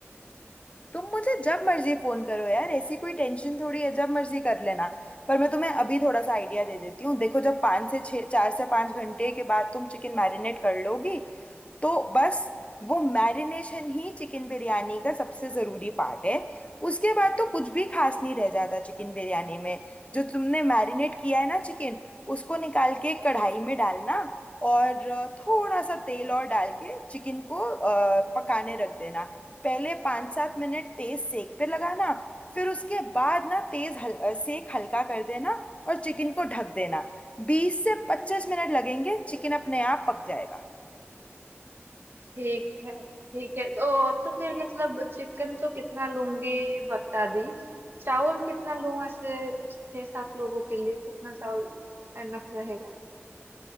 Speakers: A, on the left; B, on the right.
A: तुम मुझे जब मर्जी फोन करो यार ऐसी कोई टेंशन थोड़ी है जब मर्जी कर लेना पर मैं तुम्हें अभी थोड़ा सा आइडिया दे देती हूँ देखो जब पाँच से छः चार से पाँच घंटे के बाद तुम चिकन मैरिनेट कर लोगी तो बस वो मैरिनेशन ही चिकन बिरयानी का सबसे ज़रूरी पार्ट है उसके बाद तो कुछ भी खास नहीं रह जाता चिकन बिरयानी में जो तुमने मैरिनेट किया है ना चिकन उसको निकाल के कढ़ाई में डालना और अ, थोड़ा सा तेल और डाल के चिकन को अ, पकाने रख देना पहले पाँच सात मिनट तेज सेक पे लगाना फिर उसके बाद ना तेज हल, अ, सेक हल्का कर देना और चिकन को ढक देना बीस से पच्चीस मिनट लगेंगे चिकन अपने आप पक जाएगा
B: ठीक है ठीक है तो तो फिर मतलब चिकन तो कितना लूंगी बता दी चावल कितना लूं ऐसे छह सात लोगों के लिए कितना चावल एनफ रहेगा